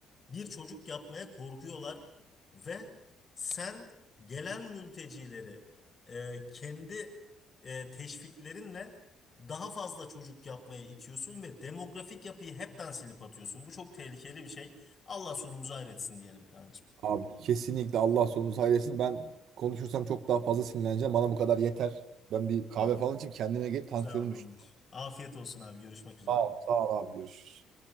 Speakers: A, on the left (about 30°); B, on the right (about 70°).
A: bir çocuk yapmaya korkuyorlar ve sen gelen mültecileri e, kendi e, teşviklerinle daha fazla çocuk yapmaya itiyorsun ve demografik yapıyı hepten silip atıyorsun. Bu çok tehlikeli bir şey. Allah sonumuzu hayretsin diyelim kancım.
B: Abi kesinlikle Allah sonumuzu hayır etsin. Ben konuşursam çok daha fazla sinirleneceğim. Bana bu kadar yeter. Ben bir kahve falan içeyim kendime gelip tansiyonum
A: Tamamdır.
B: düştü.
A: Afiyet olsun abi. Görüşmek üzere.
B: Sağ ol, sağ ol abi görüşürüz.